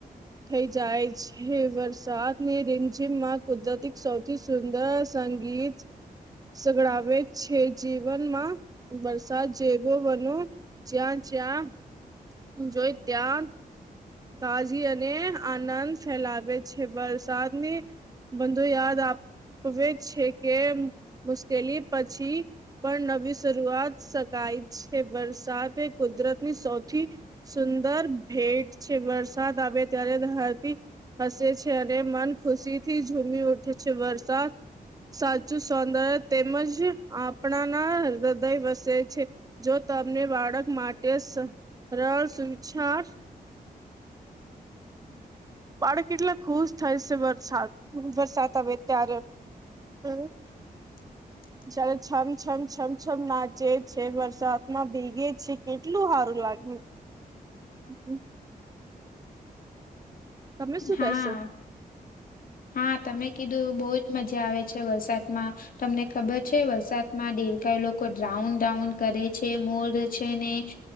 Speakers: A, on the right (about 25°); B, on the left (about 65°).
A: થઈ જાય છે. વરસાદની રીમઝીમમાં કુદરતી સૌથી સુંદર સંગીત સગડાવે છે જીવનમાં વરસાદ જેવો બનો જ્યાં જ્યાં જોઈ ત્યાં તાજી અને આનંદ ફેલાવે છે વરસાદની બંધો યાદ આપવે છે કે મુશ્કેલી પછી પણ નવી શરૂઆત શકાય છે વરસાદ એ કુદરતની સૌથી સુંદર ભેટ છે વરસાદ આવે ત્યારે ધરતી હસે છે અને મન ખુશી થી ઝૂમી ઉઠે છે વરસાદ સાચું સૌંદર્ય તેમજ આપણાના હૃદય વસે છે જો તમને બાળક માટે સરળ સુચાર બાળ કેટલા ખુશ થાય છે વરસાદ વરસાદ આવે ત્યારે હમ
B: <inaudible>
A: જારે છમ છમ છમછમ નાચે છે વરસાદ માં ભેગે છે કેટલું સારું લાગે
B: <inaudible>
A: હમ તમે શું
B: હા
A: કશો.
B: હા તમે કીધું બહુજ મજા આવે છે વરસાદમાં તમને ખબર છે વરસાદ માં દેરકાય લોકો ડ્રાઉન ડ્રાઉન કરે છે મોર છે ને